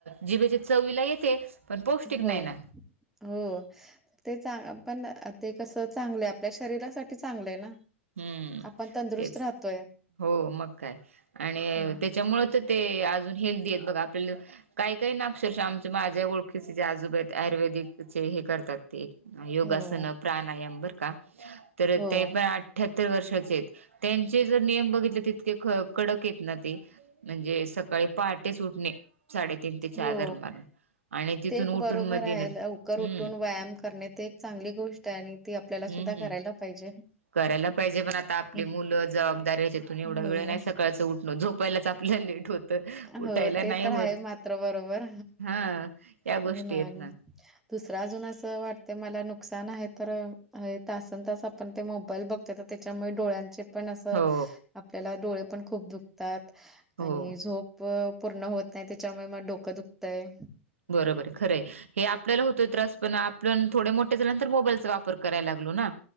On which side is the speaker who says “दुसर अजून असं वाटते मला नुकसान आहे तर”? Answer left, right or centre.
Centre